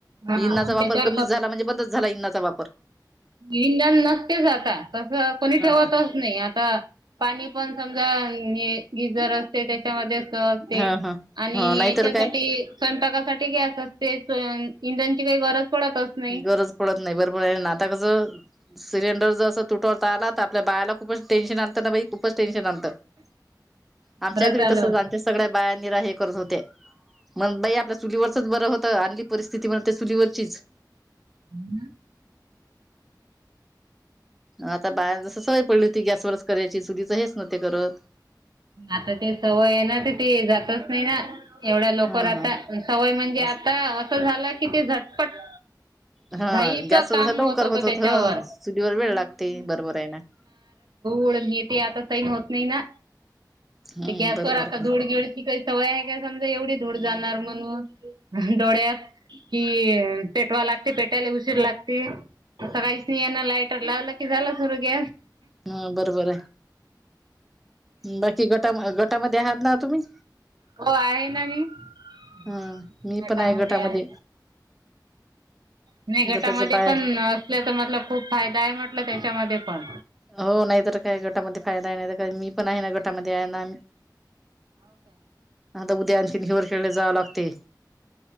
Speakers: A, on the right; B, in the centre.
A: हा आणि
B: इंणाचा वापर
A: त्याच्यावर
B: कमीच झाला, म्हणजे बंदच झाला इंणाचा वापर.
A: इंधान नसतेच आता तस कोणी
B: हा
A: ठेवतच
B: हा
A: नाही आता पाणी पण, समजा हे गिझर असते त्याच्यामध्ये, असते
B: हा हा
A: आणि
B: हा नाहीतर
A: याच्यासाठी
B: काय
A: स्वयंपाकासाठी गॅस असते स्वयं इंधणची काही गरज, पडतच नाही
B: गरज पडत नाही बरबर हे अन आत्ता कस सिलेंडर ज असं तुटवता आला त आपल्या बायाला खूपच टेनशन आणत ना बा खूपच टेन्शन आमच्या
A: बरं
B: घरी
A: चालू
B: त
A: होत
B: आमच्या सगळ्या बा रा हे करत होते मण बाई आपल्या चुलीवरचच बरं होतं अ आणली परिस्थिती म्हण ते चुलीवरचीच
A: हम्
B: आता बाहेर जस सवय पडली होती गॅसवरच करायची चुरीच हेच नवते करत
A: आता ते सवय आहे ना तर ते जातच नाही ना एवढ्या लोक
B: हा.
A: आता सवय म्हणजे
B: असं.
A: आता असं झालं कि ते झटपट
B: ह हं
A: घाईचं
B: गॅसचा
A: काम
B: जस लवकर
A: होतं
B: होत
A: त्याच्यावर
B: होत ह चुलीवर वेळ लागते बरोबर आहे ना
A: घेते आता सैन होत नाही ना
B: हम्म
A: ते गॅसवर
B: बरोबर
A: आता
B: आहे
A: धूड
B: ना
A: गिळची का सवय आहे काय समजा एवढी
B: हम्म.
A: धूड जाणार म्हणून ह डोळ्या कि पेटवा लागते पेटायला उशीर लागते स
B: हम्म
A: काहीच नाही यांना लायटर लावलं झालं सुरू के्या
B: ह बरोबर बाकी गटा गटामध्ये आहात ना तुम्ही
A: हो आहे ना मीटामध्ये
B: हा मी पण गटामध्ये.
A: आहे नाही गटामध्ये
B: गटाच्या बाय
A: पण असल्याच मटल खूप फायदा आहे म्हटलं त्याच्यामध्ये पण
B: हो नाही तर काय गटामध्ये फायदा आहे नाही तर मी पण आहे ना गटामध्ये आहे ना आता उद्या आणखीन हिर खेळले जावं लागते